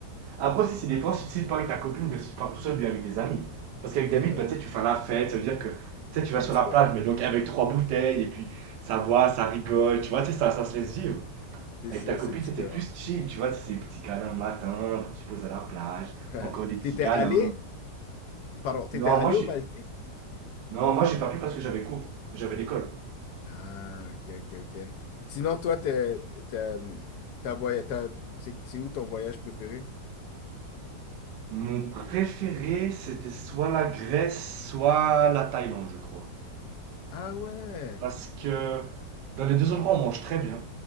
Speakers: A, on the right; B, on the left.
A: après aussi, c'est des fois, si tu pars avec ta copine, que si tu pars tout seul, bien avec des amis. Parce qu'avec
B: et
A: des amis,
B: ouais,
A: bah, tu sais, tu fais la fête, ça veut dire que tu sais, tu vas
B: c'est
A: sur
B: différent.
A: la plage, mais donc avec trois bouteilles, et puis ça boit, ça rigole, tu vois, tu sais, ça, ça
B: C'est
A: se laisse
B: sûr,
A: vivre.
B: c'est
A: Avec
B: sûr,
A: ta copine,
B: c'est différent.
A: c'était plus chill, tu vois, c'est petits câlins le matin, après tu te poses à la plage,
B: <laughs>
A: encore des petits
B: T'étais
A: câlins.
B: allé, pardon, t'étais
A: Non,
B: allé
A: moi, je,
B: aux Maldives?
A: Non, moi j'ai pas pu parce que j'avais cours, j'avais l'école.
B: Ah, ok, ok, ok. Sinon, toi, t'es, t'es, t'as voy- t'as- c'est c'est où ton voyage préféré?
A: Mon préféré, c'était soit la Grèce, soit la Thaïlande, je crois.
B: Ah ouais.
A: Parce que dans les deux endroits, on mange très bien.